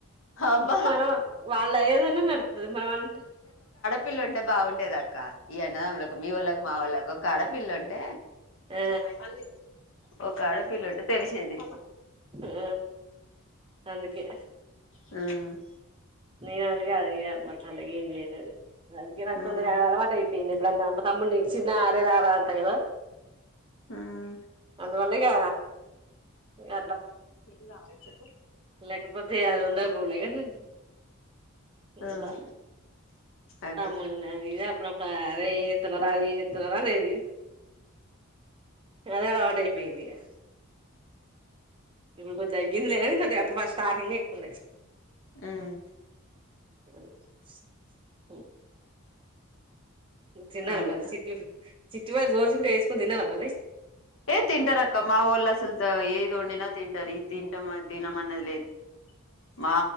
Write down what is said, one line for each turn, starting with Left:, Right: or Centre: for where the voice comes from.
Left: అబ్బా
Right: మనం వాళ్ళు అయ్యేదన్నా నడుతుంది మనం అన
Left: పిల్లుంటే బాగుండేదా కా ఇయ నోములకి మీ వోళ్లకి మా వొళ్ళకి కడపిల్ల అంటే
Right: ఆ
Left: ఎందమ్మాయ్ పల్ ఒక ఆడ పిల్లుంటే తెలిసేది
Right: ఆ అందుకే
Left: మ్మ్
Right: నను అే అగ మర్ చల్లగా ఏం చేయలేదు అందుకే నాక్
Left: ఉమ్
Right: తొందగా అలవాట్ అయిపో ప ఇప్పు తమ్ చిన్న ఆరే ఆరా అంతా కదా
Left: ఉమ్
Right: అందువల్గా ఇ
Left: ఎ ఆవ చెప్పు
Right: లేకపోతే అది ఉందా <unintelligible> ఏంటా
Left: ఉమ్ అదే
Right: తమ్ములమ్యాది ఇద అప్పుడప్ రా అరే ఏంవెత్తున్నావురా, అది ఏంవిత్తున్నావురా అనేది ఇక అదే గదా ఆ టైపే ఇదిగా ఇప్పుడు కొద్దగిందిలే గానీ కొద్దిగా అప్పుడు ఫస్ట్ స్టాటే లేకుండె
Left: ఉమ్
Right: <unintelligible> చిన్నార
Left: అదే
Right: మరి సికెన్ చిట్ట్ గోయల్ గోర్చికుడు వేసుకుని తిన్నావ మరి
Left: ఏ తింటారక్కమ్ మావోళ్ళస్సల్ద ఏ దొండినా తింటారి ఇది తింటాం అది తినం అన్నది లేదు. మా